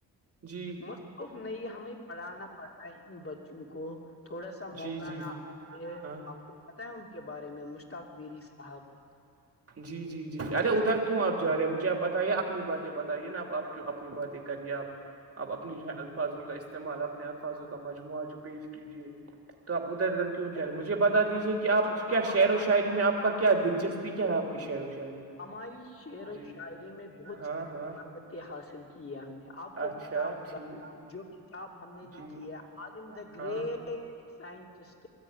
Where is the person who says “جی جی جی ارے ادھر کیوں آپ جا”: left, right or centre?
Right